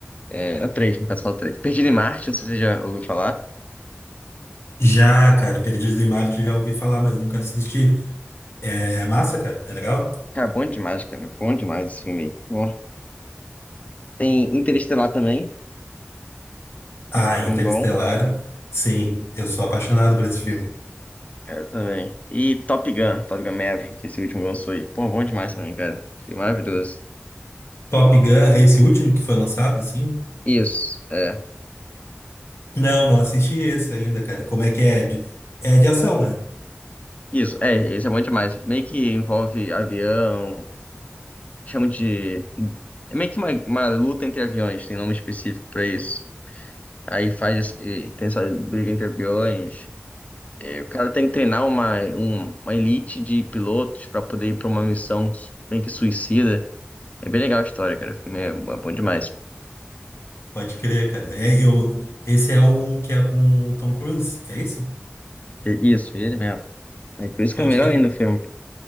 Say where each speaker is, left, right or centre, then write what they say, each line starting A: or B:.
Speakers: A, on the left; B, on the left.
A: É, na três, no caso, fala três. Perdido em Marte, não sei se você já ouviu falar.
B: Já, cara, Perdidos em Marte já ouvi falar, mas nunca assisti. É, é massa, cara? É legal?
A: Cara, bom demais, cara. Bom demais esse filme. aí. Bom, tem Interestelar também.
B: Ah,
A: Filme
B: Interestelar,
A: bom.
B: sim, eu sou apaixonado por esse filme.
A: Cara, também. E Top Gun, Top Gun Maverick, esse último que lançou aí. Pô, bom demais também, cara. Que maravilhoso.
B: Top Gun, é esse último que foi lançado, sim?
A: Isso, é.
B: Não, não assisti esse ainda, cara. Como é que é? É De- É de ação, né?
A: Isso, é, esse é bom demais. Meio que envolve avião, chama de. É meio que uma, uma luta entre aviões, tem nome específico pra isso. Aí faz. esse- e Tem essa briga entre aviões. O cara tem que treinar uma, um- uma elite de pilotos pra poder ir pra uma missão su- meio que suicida. É bem legal a história, cara. O filme é, é bom demais.
B: Pode crer, cara. É, eu, esse é o que é com o Tom Cruise, é isso?
A: É Isso, ele mesmo. É por isso
B: Pode
A: que é melhor
B: crer.
A: ainda o filme.